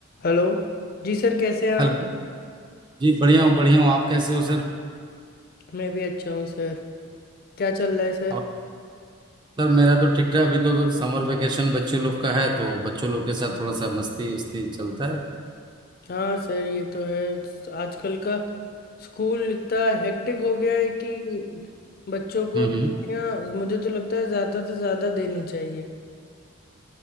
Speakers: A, on the left; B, on the right.
A: Hello जी sir कैसे हैं आप
B: Hello जी बढ़िया हूँ बढ़िया हूँ आप कैसे हो सर
A: मैं भी अच्छा हूँ सर क्या चल रहा है सर
B: और सर मेरा तो ठीक ठाक अभी तो समर वेकेशन बच्चे लोग का है तो बच्चों लोग के साथ थोड़ा सा मस्ती उस्ती चलता है
A: हाँ सर ये तो है आजकल का स्कूल इतना हेक्टिक हो गया है कि बच्चों को
B: हम्म
A: छुट्टियाँ
B: हम्म।
A: मुझे तो लगता है ज़्यादा से ज़्यादा देनी चाहिए